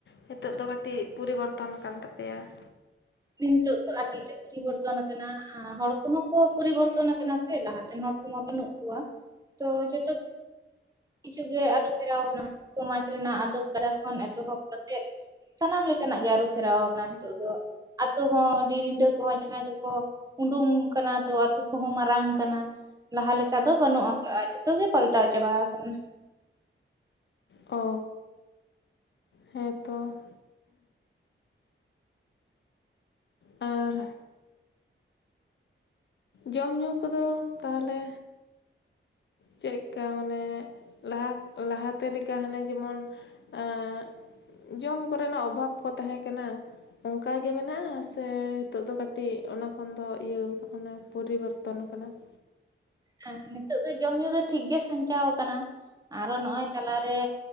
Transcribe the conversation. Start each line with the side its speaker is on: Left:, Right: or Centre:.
Left: ᱱᱤᱛᱚᱜ ᱫᱚ ᱠᱟᱹᱴᱤᱡ ᱯᱚᱨᱤᱵᱚᱨᱛᱚᱱ ᱠᱟᱱ ᱛᱟᱯᱮᱭᱟ ᱾
Right: ᱱᱤᱛᱚᱜ ᱫᱚ ᱟᱹᱰᱤ ᱛᱮ ᱯᱚᱨᱤᱵᱚᱨᱛᱚᱱ ᱟᱠᱟᱱᱟ ᱦᱚᱲ ᱠᱚᱦᱚᱸ ᱠᱚ ᱯᱚᱨᱤᱵᱚᱨᱛᱚᱱ ᱠᱟᱱᱟ ᱥᱮ ᱞᱟᱦᱟᱛᱮᱱ ᱦᱚᱲ ᱠᱚᱢᱟ ᱵᱟᱹᱱᱩᱜ ᱾ ᱛᱚ ᱡᱚᱛᱚ ᱠᱤᱪᱷᱩ ᱜᱮ ᱟᱹᱨᱩ ᱯᱷᱮᱨᱟᱣᱱᱟ ᱥᱚᱢᱟᱡᱽ ᱨᱮᱱᱟᱜ ᱟᱫᱚᱵ ᱠᱟᱨᱠ ᱠᱷᱚᱱ ᱮᱛᱚᱦᱚᱵ ᱠᱟᱛᱮᱫ ᱥᱟᱱᱟᱢ ᱞᱮᱠᱟᱱᱟᱜ ᱜᱮ ᱟᱹᱨᱩ ᱯᱷᱮᱨᱟᱣ ᱠᱟᱱᱟ ᱱᱤᱛᱚᱜ ᱫᱚ ᱟᱛᱳ ᱦᱚᱸ ᱰᱤ ᱨᱤᱸᱰᱟᱹ ᱠᱚᱦᱚᱸ ᱡᱟᱦᱟᱸᱭ ᱫᱚᱠᱚ ᱾ ᱩᱰᱩᱝ ᱠᱟᱱᱟ ᱛᱚ ᱟᱛᱳ ᱠᱚᱦᱚᱸ ᱢᱟᱨᱟᱝ ᱠᱟᱱᱟ ᱾ ᱞᱟᱦᱟ ᱞᱮᱠᱟ ᱫᱚ ᱵᱟᱹᱱᱩᱜ ᱠᱟᱜᱼᱟ ᱡᱷᱚᱛᱚ ᱜᱮ ᱯᱟᱞᱴᱟᱣ ᱪᱟᱵᱟ ᱠᱟᱱᱟ ᱾
Left: ᱚ ᱾ ᱦᱮᱸ ᱛᱚ ᱾ ᱟᱨ ᱡᱚᱢ ᱧᱩ ᱠᱚᱫᱚ ᱛᱟᱦᱚᱞᱮ? ᱪᱮᱫᱠᱟ ᱢᱟᱱᱮ ᱞᱟᱦᱟ ᱞᱟᱦᱟᱛᱮ ᱞᱮᱠᱟ ᱦᱟᱱᱮ ᱡᱮᱢᱚᱱ ᱮᱸᱻ ᱡᱚᱢ ᱠᱚᱨᱮᱱᱟᱜ ᱚᱵᱷᱟᱵᱽ ᱠᱚ ᱛᱟᱦᱮᱸ ᱠᱟᱱᱟ ᱾ ᱚᱱᱠᱟᱜᱮ ᱢᱮᱱᱟᱜᱼᱟ ᱥᱮ ᱱᱤᱛᱚᱜ ᱫᱚ ᱠᱟᱹᱴᱤᱡ ᱚᱱᱟ ᱠᱷᱚᱱ ᱫᱚ ᱤᱭᱟᱹ ᱢᱟᱱᱮ ᱯᱚᱨᱤᱵᱚᱨᱛᱚᱱ ᱠᱟᱱᱟ ᱾
Right: ᱦᱮᱸ ᱱᱤᱛᱚᱜ ᱫᱚ ᱡᱚᱢ ᱧᱩ ᱫᱚ ᱴᱷᱤᱠ ᱜᱮ ᱥᱟᱧᱪᱟᱣ ᱠᱟᱱᱟ ᱾ ᱟᱨᱚ ᱱᱚᱜᱼᱚᱭ ᱛᱟᱞᱟᱨᱮ